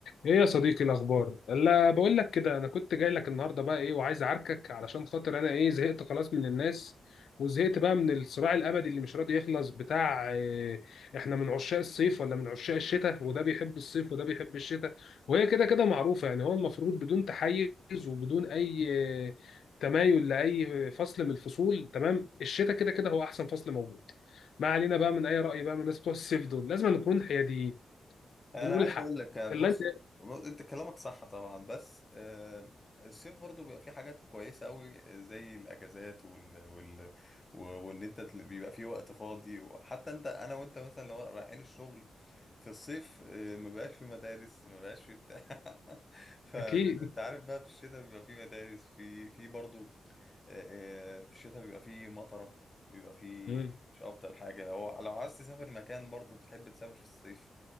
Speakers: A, on the left; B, on the left.
A: ايه يا صديقي الاخبار لا بقول لك كده انا كنت جاي لك النهارده بقى ايه وعايز اعاركك علشان خاطر انا ايه زهقت خلاص من الناس وزهقت بقى من الصراع الابدي اللي مش راضي يخلص بتاع إيه احنا من عشاق الصيف ولا من عشاق الشتاء وده بيحب الصيف وده بيحب الشتاء وهي كده كده معروفه يعني هو المفروض بدون تحيز وبدون اي آه، تمايل لاي فصل من الفصول تمام الشتاء كده كده هو احسن فصل موجود ما علينا بقى من اي راي بقى من الناس بتوع الصيف دول لازم نكون حياديين
B: انا
A: ونقول
B: عايز
A: الحق
B: اقول لك بص
A: اللي انت
B: بص، انت كلامك صح طبعا بس آه، الصيف برضو بيبقى فيه حاجات كويسه قوي زي الاجازات وال وال و- وان انت تل- بيبقى فيه وقت فاضي وحتى انت انا وانت مثلا لو رايحين الشغل في الصيف آه، ما بقاش في مدارس ما بقاش في بتاع <laughs> فانت
A: اكيد
B: عارف بقى في الشتاء بيبقى فيه مدارس في في برضو آه، آه، في الشتاء بيبقى فيه مطره بيبقى فيه
A: مم.
B: مش افضل حاجه لو لو عايز تسافر مكان برضو بتحب تسافر في الصيف